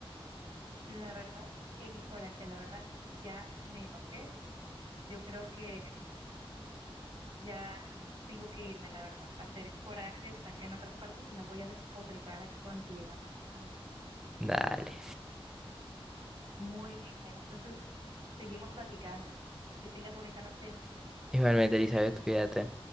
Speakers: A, on the right (about 70°); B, in the centre.
A: La verdad, que qué coraje, la verdad, ya me enojé. Yo creo que Ya tengo que irme, la verdad, a hacer corajes acá en otras partes y no voy a despotricar aquí contigo. No, no, no.
B: Dale.
A: Muy bien, Jair. Entonces, seguimos platicando. Que tengas bonita noche.
B: Igualmente, Elizabeth, cuídate.